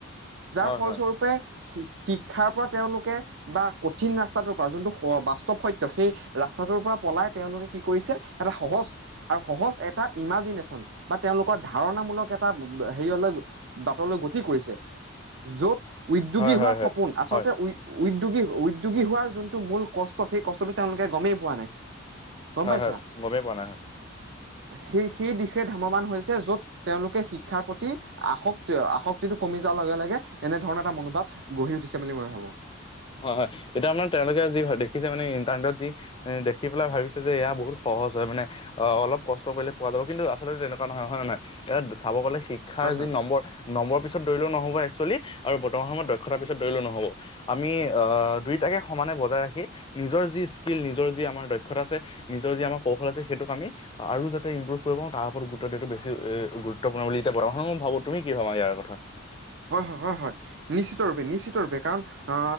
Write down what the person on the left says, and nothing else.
হয় হয়
হয়
হয় হয়
হয়
হয়,
হয়, গমেই পোৱা নাই হয়।
হয়, হয়, এতিয়া আপোনাৰ তেওঁলোকে যি হয় দেখিছে মানে ইণ্টাৰনেটত যি দেখি পেলাই ভাবিছে যে এয়া বহুত সহজ হয় মানে অ, অলপ কষ্ট কৰিলে পোৱা যাব, কিন্তু আচলতে তেনেকুৱা নহয় হয় নহয়, চাব গ'লে শিক শিক্ষাৰ
যি নম্বৰ নম্বৰ পিছত দৌৰিলেও নহব একচুৱেলি আৰু বৰ্তমান সময়ত দক্ষতাৰ পিছত দৌৰিলেও নহব আমি আ, দুয়োটাকে সমানে বজাই ৰাখি নিজৰ যি স্কিল নিজৰ যি আমাৰ দক্ষতা আছে নিজৰ যি আমাৰ কৌশল আছে সেইটোক আমি আৰু যাতে ইম্প্ৰভ কৰিব, তাৰ ওৰত গুৰুত্ব দাটো বেছি এ গুৰুত্বপূৰ্ণ বুলি এতিয়া <unintelligible> মই ভাবো, তুমি কি ভাবা ইয়াৰ কথা?